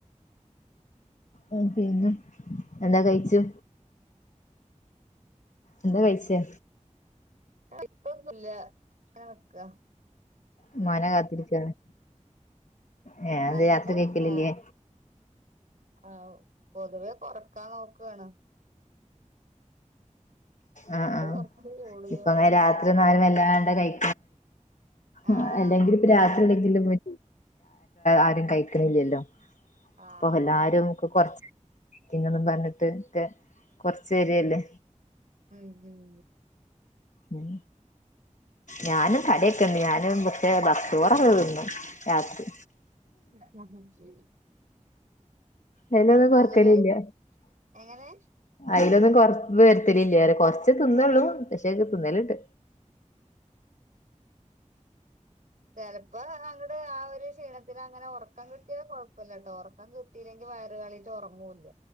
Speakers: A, on the left (about 70°); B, on the right (about 80°).
A: ആ പിന്നെ എന്താ കഴിച്ചു എന്താ കഴിച്ചേ
B: ഇപ്പൊന്നുല്ല കടക്കാ
A: മ്മാനെ കാത്തിരിക്കാണ് ഏ അതെന്തേ
B: അല്ലല്ല
A: രാത്രി കഴിക്കലില്ലേ
B: ആ പൊതുവെ കൊറക്കാൻ നോക്കാണ്
A: ആ
B: തടി
A: ആ
B: കൊറച്ച് കൂടുതലോന്ന്
A: ഇപ്പൊ അങ്ങനെ രാത്രി
B: സംശയം
A: ന്നാരും വല്ലാണ്ടെ കഴി
B: ആഹ്
A: ആ അല്ലെങ്കിൽ ഇപ്പം രാത്രില്ലെ ആരും കഴിക്കണില്ലല്ലോ
B: ആഹ്
A: അപ്പൊ എല്ലാരും ഒക്കെ കൊറച്ച് <unintelligible> പറഞ്ഞിട്ട് കൊറച്ചരല്ലേ
B: ഉം ഉം
A: ഉം ഞാനും തടിയൊക്കെ ണ്ട് ഞാനും പക്ഷെ ചോറൊക്കെ തിന്നും രാത്രി
B: എനിക്ക്
A: അയ്ലൊന്നും
B: പൊതുവേ
A: കൊറക്കലില്ല
B: എങ്ങനെ
A: അയ്ലൊന്നും കൊറവ് വരുത്തലില്ല്യാ കൊറച്ച് തിന്നൊള്ളൂ പക്ഷേങ്കിൽ തിന്നല്ണ്ട്
B: ചെലപ്പോ അങ്ങട് ആ ഒരു ക്ഷീണത്തിലങ്ങനെ ഉറക്കം കിട്ടിയാ കൊഴപ്പല്ലട്ടോ ഉറ ക്കം കിട്ടിയില്ലെങ്കി വയറ് കാളീട്ട് ഉറങ്ങൂല്ല